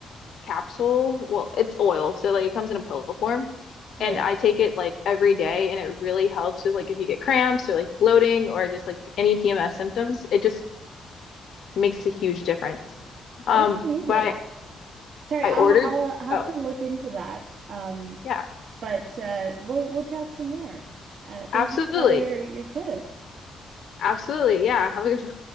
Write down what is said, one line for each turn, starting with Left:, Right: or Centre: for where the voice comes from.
Left: capsule. Well, it's oil, so like it comes in a pill form. And
Right: Right.
Left: I take it like every day, and it really helps with like if you get cramps or like bloating or just like any PMS symptoms. It just makes a huge difference. Um,
Right: That's amazing.
Left: but I
Right: Sorry,
Left: I
Right: I'll
Left: ordered.
Right: ha I'll uh, have
Left: Oh
Right: to look into that. Um,
Left: yeah,
Right: but uh, we'll we'll chat some more. Uh, thank
Left: absolutely,
Right: you for all your your tips.
Left: absolutely. Yeah, have a good